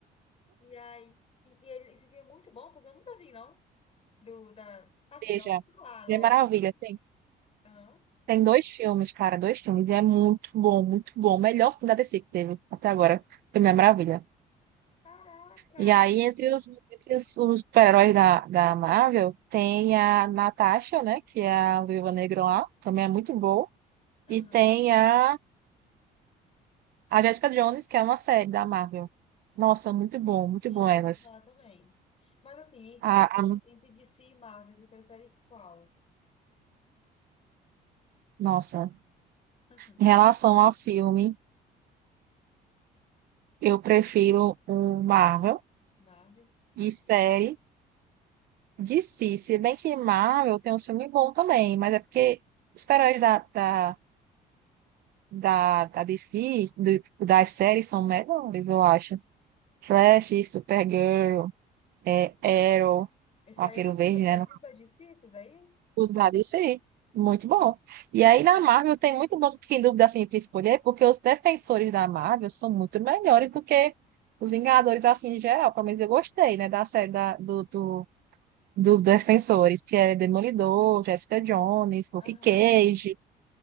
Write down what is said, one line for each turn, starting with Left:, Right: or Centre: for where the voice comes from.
Left: e aí, e, e ele, esse filme é muito bom, porque eu nunca vi, não. Do, da, assim,
Right: Veja,
Left: já ouvi falar,
Right: Mulher
Left: lógico,
Right: Maravilha.
Left: né?
Right: Tem,
Left: Aham.
Right: tem dois filmes, cara, dois filmes. E é muito bom, muito bom. O melhor filme da DC que teve até agora. Foi Mulher Maravilha.
Left: Caraca!
Right: E aí, entre os, entre os, os super-heróis da, da Marvel, tem a Natasha, né? Que é a Viúva Negra lá. Também é muito boa.
Left: Aham.
Right: E tem a, a Jessica Jones, que é uma série da Marvel. Nossa, muito bom, muito
Left: Já
Right: bom elas.
Left: ouvi falar também. Mas assim, entre,
Right: A,
Left: entre,
Right: a-
Left: entre DC e Marvel, você prefere qual?
Right: nossa.
Left: <laughs> Uhum.
Right: Em relação ao filme, eu prefiro o Marvel
Left: Marvel?
Right: e série DC. Se bem que Marvel tem um filme bom também, mas é porque os super-heróis da, da, da, da DC, do- das séries, são melhores, eu acho. Flash, Supergirl, é, Arrow,
Left: Isso
Right: Arqueiro
Left: aí é tudo,
Right: Verde,
Left: é
Right: né?
Left: tudo da DC, isso daí?
Right: Estudar isso aí. Muito bom. E aí na Marvel tem muito bom, fiquei em dúvida assim entre escolher, porque os defensores da Marvel são muito melhores do que os Vingadores assim em geral. Pelo menos eu gostei, né, da série da, do, do- dos defensores, que é Demolidor, Jessica Jones, Luke
Left: Aham.
Right: Cage,